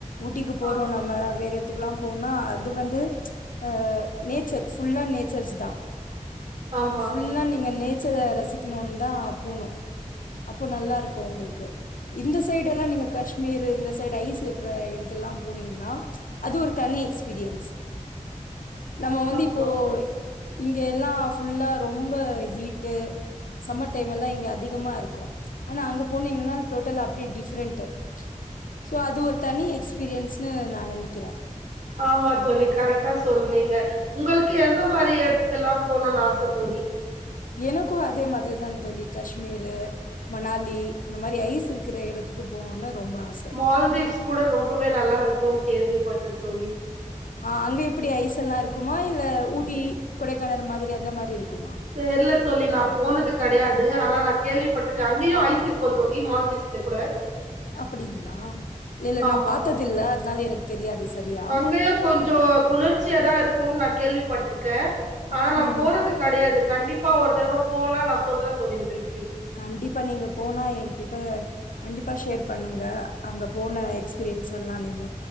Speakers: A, on the left (about 80°); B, on the right (about 60°).
A: ஊட்டிக்கு போறோன்னா
B: ஆமா
A: இல்ல வேற எடத்துக்குல்லா போனா அது வந்து அ நேச்சர் ஃபுல்லா நேச்சர்ஸ் தா
B: ஆமா
A: அங்க ஃபுல்லா நீங்க நேச்சர ரசிக்கணுன் தா போணு அப்போ நல்லா இருக்கு உங்களுக்கு இந்த சைட் எல்லா நீங்க காஷ்மீர் இந்த சைடு ஐஸ் இருக்குற எடத்துலல்லா போனீங்கன்னா அது ஒரு தனி எக்ஸ்பீரியன்ஸ் நம்ம வந்து
B: ஆமா
A: இப்போ இங்க எல்லா ஃபுல்லா ரொம்ப ஹீட்டு சம்மர் டைம் எல்லா இங்க அதிகமா இருக்கு ஆனா அங்க போனீங்கன்னா டோட்டலா அப்டியே டிஃப்ரெண்ட்டு சோ அது ஒரு தனி எக்ஸ்பீரியன்ஸ்ன்னு நா நெனைக்கிற
B: ஆமா தோழி கரெக்டா சொன்னீங்க உங்களுக்கு எந்த மாரி எடத்துக்கெல்லா போகணுனு ஆச தோழி
A: எனக்கு அதே மாதிரிதான் தோழி காஷ்மீரு மணாலி இந்த மாரி ஐஸ் இருக்கற எடத்துக்கு போகனுனு ரொம்ப ஆச
B: மால்தீவ்ஸ் கூட ரொம்பவே நல்லா இருக்குனு கேள்விப்பட்டன் தோழி
A: ஆ அங்க எப்டி ஐஸ் எல்லா இருக்குமா இல்ல ஊட்டி கொடைக்கானறு மாதிரி அந்த மாரி இருக்குமா
B: தெரில தோழி நா போனது கெடையாது ஆனா நா கேள்விப்பட்டுக்க அங்கயு ஐஸ் இருக்கு தோழி மால்தீவ்ஸ்ல கூட
A: அப்டிங்களா இல்ல
B: ஆமா
A: நா பாத்ததில்ல அதனால எனக்கு தெரியாது சரியா
B: அங்கயு கொஞ்சோ குளிர்ச்சியாதா இருக்குன் நா கேள்விப்பட்டிருக்க ஆனா நா
A: ம்.
B: போனது கெடையாது கண்டிப்பா ஒரு தரவ போனா நா சொல்றன் தோழி உங்களுக்கு
A: கண்டிப்பா நீங்க போனா என்கிட்ட கண்டிப்பா ஷேர் பண்ணுங்க அங்க போன எக்ஸ்பீரியன்ஸ் எல்லா நீங்க